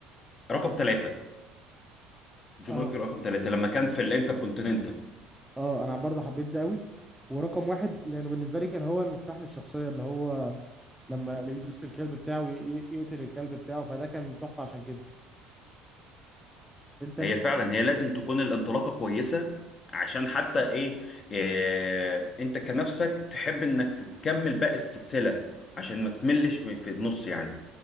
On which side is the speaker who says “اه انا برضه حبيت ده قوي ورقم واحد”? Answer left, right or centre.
Centre